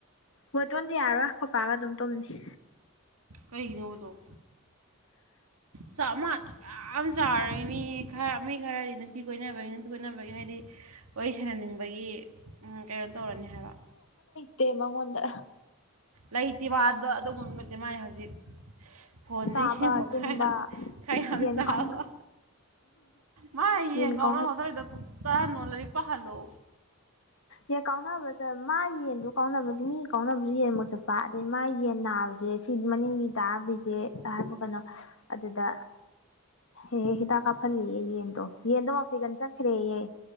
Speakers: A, on the left; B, on the right.
A: ꯍꯣꯏ ꯇꯣꯟꯗꯤ ꯌꯥꯔꯣꯏ ꯈꯣꯠꯄꯥꯒ ꯑꯗꯨꯝ ꯇꯨꯝꯅꯤ
B: ꯀꯩꯒꯤꯅꯤꯕꯗꯧ ꯆꯥꯝꯃ ꯑꯗꯨ ꯌꯥꯝ ꯌꯥꯝ ꯆꯥꯎꯔꯝꯃꯤ ꯃꯤ ꯈꯔ ꯃꯤ ꯈꯔꯗꯤ ꯅꯨꯄꯤ ꯀꯣꯏꯅꯕꯒꯤ ꯅꯨꯄꯤ ꯀꯣꯏꯅꯕꯒꯤ ꯍꯥꯏꯗꯤ ꯋꯥꯔꯤ ꯁꯥꯟꯅꯅꯤꯡꯕꯒꯤ ꯀꯩꯅꯣ ꯇꯧꯔꯅꯤ ꯍꯥꯏꯕ
A: ꯇꯕꯉꯣꯟꯗ
B: ꯂꯩꯇꯦꯕꯗꯣ ꯑꯗꯨꯒ ꯅꯠꯇꯦ ꯃꯥꯜꯂꯤ ꯍꯧꯖꯤꯛ ꯐꯣꯟꯁꯦ
A: ꯆꯥꯕ
B: ꯌꯦꯡꯕ
A: ꯇꯨꯝꯕ
B: ꯈꯔ ꯌꯥꯝ ꯈꯔ ꯌꯥꯝ
A: ꯌꯦꯟ
B: ꯆꯥꯎꯕ
A: ꯀꯥꯎꯅ
B: ꯃꯥ ꯏꯡꯒ
A: ꯌꯦꯟ ꯀꯥꯎꯅ
B: ꯉꯁꯗ ꯄꯨ ꯆꯥ ꯅꯂꯔꯤꯄꯥ ꯈꯜꯂꯣ
A: ꯌꯦꯟ ꯀꯥꯎꯅꯕ ꯃꯥꯒꯤ ꯌꯦꯟꯗ ꯀꯥꯎꯅꯕ ꯃꯤ ꯀꯥꯎꯅꯕꯁꯨ ꯌꯦꯟꯨꯛ ꯆꯠꯄ ꯑꯗꯗꯒꯤꯩ ꯃꯥꯒꯤ ꯌꯦꯟ ꯅꯥꯕꯁꯦ ꯁꯤ ꯃꯅꯤꯡꯒꯤ ꯇꯥꯕꯤꯁꯦ ꯍꯥꯏꯕ ꯀꯩꯅꯣ ꯑꯗꯨꯗ ꯍꯦ ꯍꯤꯗꯥꯛ ꯀꯥꯞꯍꯜꯂꯤꯌꯦ ꯌꯦꯟꯗꯣ ꯌꯦꯟꯗꯣ ꯋꯥꯐꯩꯒꯟ ꯆꯠꯈ꯭ꯔꯦꯍ